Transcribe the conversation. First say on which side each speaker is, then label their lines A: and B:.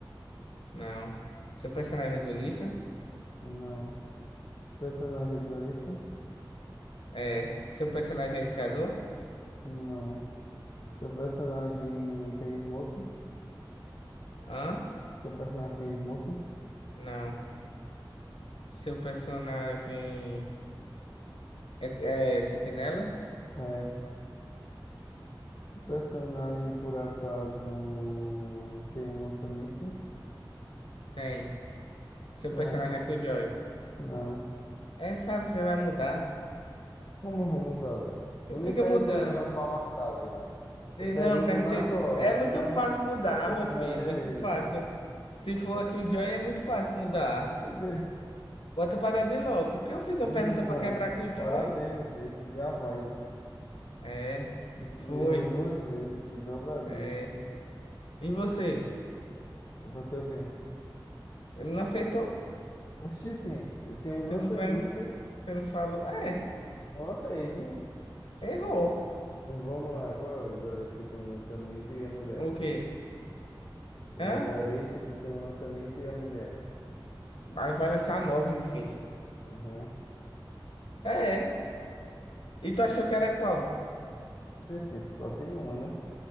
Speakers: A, on the left; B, on the left.
A: Não. Seu personagem é duelista?
B: Não. O personagem é duelista?
A: É. Seu personagem é iniciador?
B: Não. Seu personagem tem smoke?
A: Hã?
B: Seu personagem tem smoke?
A: Não. Seu personagem é, é sentinela?
B: É. O personagem, por acaso, tem um lança-míssil?
A: Tem. Seu
B: Ah,
A: personagem é Killjoy.
B: não.
A: É, sabe, você vai mudar.
B: Como eu vou mudar dele?
A: Tu
B: Tu nem
A: fica
B: perguntou
A: mudando.
B: um negócio pra matar, viado.
A: Te-
B: Eu pergunto
A: Não, perguntei.
B: na tua hora,
A: É muito
B: então...
A: fácil mudar,
B: Seu personagem
A: meu filho. É muito
B: é
A: fácil.
B: Raze.
A: Se for aqui o Joy é muito fácil mudar.
B: Por quê?
A: Bota pra dar de Loki. Porque eu fiz
B: Não,
A: uma pergunta pra quebrar aqui o
B: parabéns,
A: Joy
B: meu filho. Escolhi a paz. hein?
A: É.
B: Es-
A: Foi.
B: Errou duas vezes de dobradinha.
A: É. E você?
B: Você o quê?
A: Ele não acertou?
B: Oxi, tem tem um
A: Você
B: lança-míssil.
A: não, per- você não falou? É.
B: Ó, reis, hein?
A: Errou.
B: Vamos lá, qual é o duelista que tem um lança-míssil e a mulher?
A: O quê?
B: Um
A: Hã?
B: duelista que tem um lança-míssil e a mulher.
A: Aí vai lançar nove, meu filho.
B: Uhum.
A: É. E tu achou que era qual?
B: Gente, só tem uma, né?